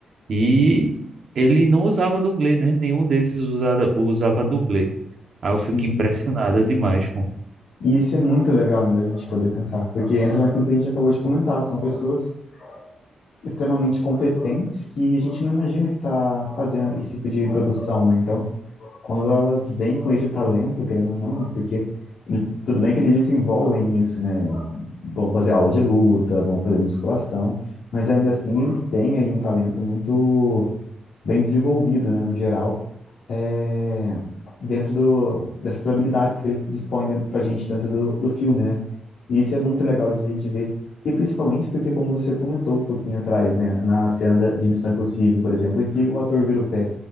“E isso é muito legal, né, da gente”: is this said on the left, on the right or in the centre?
Left